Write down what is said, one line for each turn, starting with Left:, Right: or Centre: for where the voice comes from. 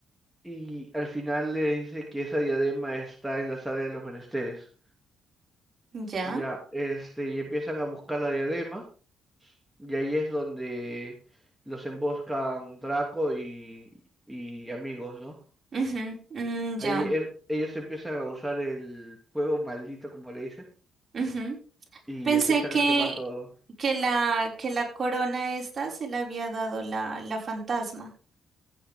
Centre: y al final le dice que esa diadema está en la sala de los menesteres.
Right: Ya.
Centre: Ya, este, y empiezan a buscar la diadema, y ahí es donde los emboscan Draco y, y amigos, ¿no?
Right: Ujú, mm, ya.
Centre: Ahí en- ellos empiezan a usar el fuego maldito, como le dicen,
Right: Ujú.
Centre: y
Right: Pensé
Centre: empiezan
Right: que,
Centre: a quemar todo.
Right: que la, que la corona esta se la había dado la, la fantasma